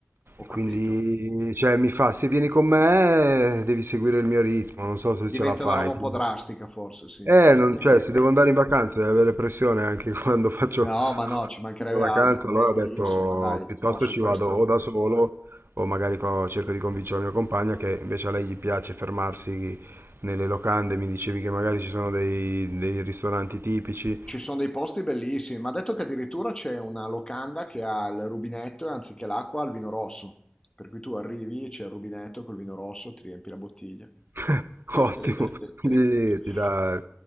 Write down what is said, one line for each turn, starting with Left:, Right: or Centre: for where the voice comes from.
Left: ho capito.
Right: Quindi, cioè, mi fa, se vieni con me, devi seguire il mio ritmo, non so se
Left: Diventa
Right: ce la fai.
Left: una roba un
Right: Quindi-
Left: po' drastica, forse, sì.
Right: Eh,
Left: <laughs>
Right: non, cioè, se devo andare in vacanza e avere pressione anche <laughs> quando faccio
Left: No, ma no, ci mancherebbe
Right: in vacanza,
Left: altro, almeno
Right: allora ho detto
Left: lì, insomma, dai,
Right: piuttosto
Left: no, su
Right: ci
Left: questo
Right: vado o da solo o magari co- cerco di convincere la mia compagna che invece a lei gli piace fermarsi nelle locande, mi dicevi che magari ci sono dei, dei ristoranti tipici,
Left: ci sono dei posti bellissimi, ma ha detto che addirittura c'è una locanda che ha il rubinetto e anziché l'acqua ha il vino rosso, per cui tu arrivi, c'è il rubinetto col vino rosso, ti riempi la bottiglia.
Right: <laughs>
Left: <laughs>
Right: ottimo, quindi ti dà